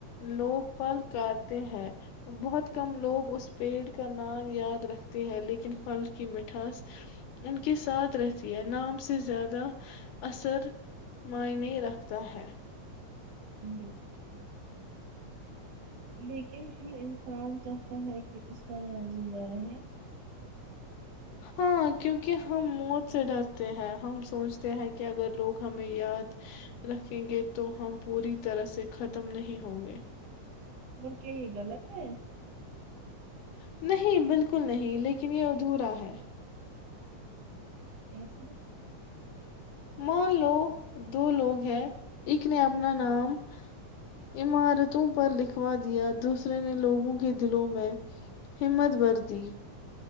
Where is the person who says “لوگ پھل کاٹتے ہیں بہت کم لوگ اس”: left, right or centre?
Left